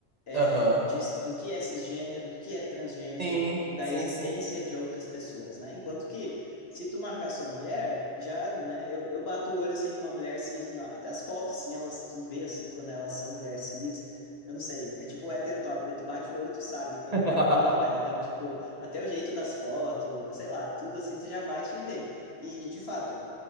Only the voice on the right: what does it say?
Aham.
Sim,
sim,
sim.
<laughs>